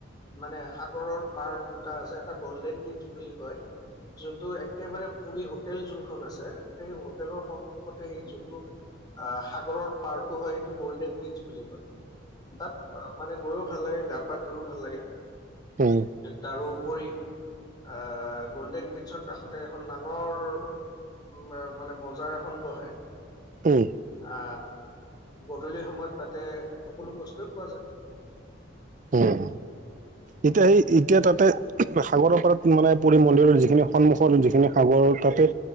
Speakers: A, on the left; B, on the right.
A: মানে সাগৰৰ পাৰ দুটা আছে এটা গল্ডেন ব্ৰীজ বুলি কয়। যোনটো একেবাৰে পুৰি হোটেল যোনখন আছে সেই হোটেলৰ সন্মুখতে সেই যোনটো সগৰৰটো হয় সেইটো গল্ডেন বচ বুলি কয় তাত মানে গৈও ভাল লাগে গা পা ধুইও ভাল লাগে।
B: হম।
A: তাৰোপৰি আহ গ'ল্ডেন বিছৰ কাষতে এখন ডাঙৰ উম, মানে বজাৰ এখন বহে।
B: উম।
A: আ গধূলি সময়ত তাতে সকলো বস্তুৱেই পোৱা যায়৷
B: উম, এতিয়া সেই এতিয়া তাতে সাগৰপাৰত মানে পুৰি মন্দিৰৰ যিখিনি সন্মুখৰ যিখিনি সাগৰ তাতে